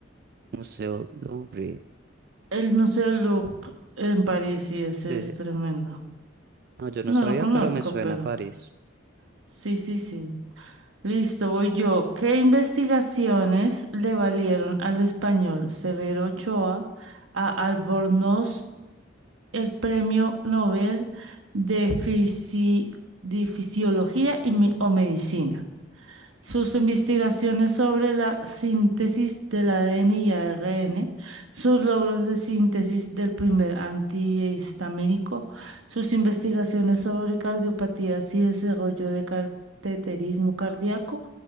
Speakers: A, on the right; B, on the right.
A: Museo Louvre.
B: el Museo del Louvre en París, sí, ese
A: Eh,
B: es tremendo.
A: no, yo no
B: No
A: sabía,
B: lo conozco,
A: pero me suena
B: pero
A: a París.
B: sí, sí, sí. Listo, voy yo. ¿Qué investigaciones le valieron al español Severo Ochoa a Albornoz el Premio Nobel de, Fisi- de Fisiología y Me- o Medicina? Sus investigaciones sobre la síntesis del ADN y ARN, sus logros de síntesis del primer antihistamínico, sus investigaciones sobre cardiopatías y desarrollo de cateterismo cardíaco